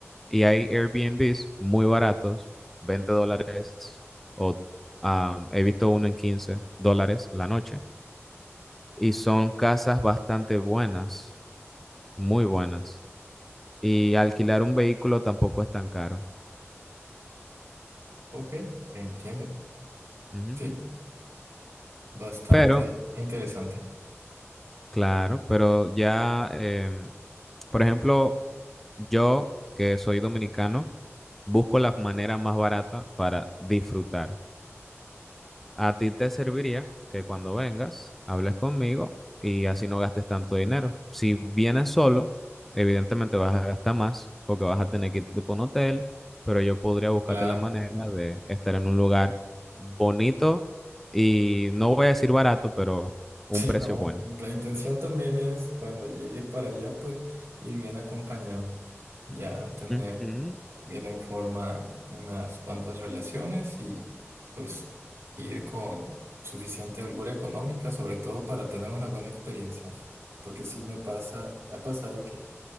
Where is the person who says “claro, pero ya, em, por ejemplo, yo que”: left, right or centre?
Centre